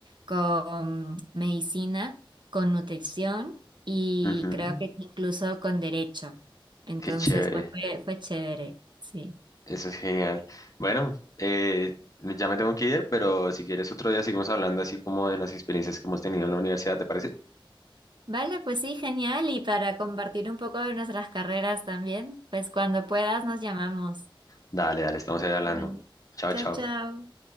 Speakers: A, on the right; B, on the left.
A: con medicina con nutrición y
B: Ujú,
A: creo que incluso con derecho. Entonces,
B: Qué chévere,
A: pues fue, fue chévere, sí.
B: eso es genial. Bueno, eh, ya me tengo que ir, pero si quieres otro día seguimos hablando así como de las experiencias que hemos tenido en la universidad, ¿te parece?
A: Vale, pues sí, genial. Y para compartir un poco de nuestras carreras también, pues cuando puedas nos llamamos.
B: Dale, dale, estamos ahí hablando.
A: Vale.
B: Chao,
A: Chao,
B: chao.
A: chao.